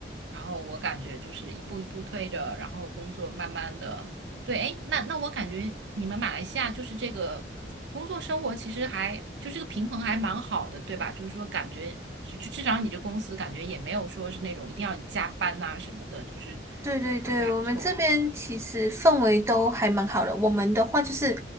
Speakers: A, on the right; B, on the right.
A: 然后我感觉就是一步一步推着，然后工作慢慢的，对，哎，那那我感觉你们马来西亚就是这个。工作生活其实还就这个平衡还蛮好的，对吧？就是说感觉就就至少你这公司感觉也没有说是那种一定要你加班呐、什么的，就是
B: 对对对，
A: 感觉还不错。
B: 我们这边其实氛围都还蛮好的，我们的话就是，